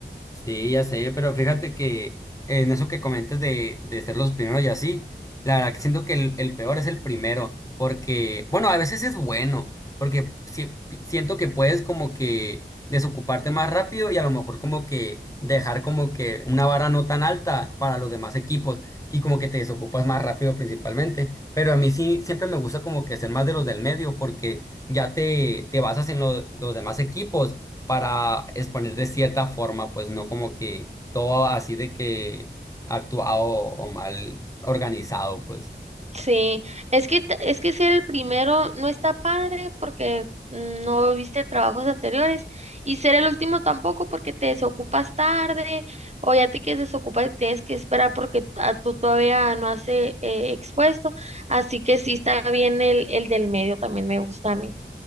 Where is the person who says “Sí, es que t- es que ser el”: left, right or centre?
Right